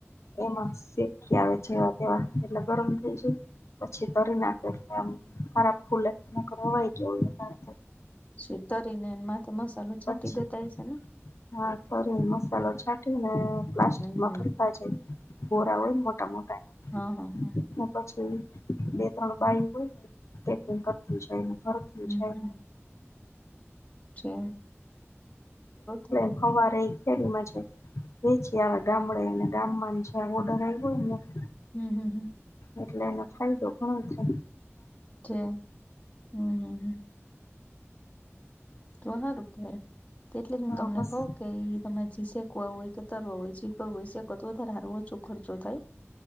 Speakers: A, on the left; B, on the left.
A: એમાં શી ક્યા આવે છે. વા એટલે ગરમ થઈ જાય પછી તરી નાખે એટલે આમ ખરાબ ફૂલે- - નારો વૈ ત- -
B: શતરી ને એમાં તો મસાલો છાંટી
A: પછી
B: દેતા હ છે ને?
A: હા કરી મસાલો છાંટી ને પ્લાસ્ટિકમાં
B: હમ હમ
A: ફ- - બોરાઓળ મોટા મોટા-
B: હા હા હા
A: - પછી બે ત્રણ બાઈ હોય પેકિંગ કરતી જાય-
B: હમ હમ તો હમ
A: લ <unintelligible> હવા રહી છે મજા- વેચી આવે ગામડેને ગામમાં છે ઓર્ડર આવ્યો હોય ને-
B: હમ હમ હમ
A: એટલે ન ખાઈ દો ઘણું છે.
B: છે હમ હમ હ તો સારું કે એટલે જ હું
A: હા
B: તમને
A: મસ્ત
B: કઉ- કેઈ તમેી શેકવા હોય કે તરવા હોય જી કર હોય શેકવા તો વધારે હારવો છો- ખર્ચો થાય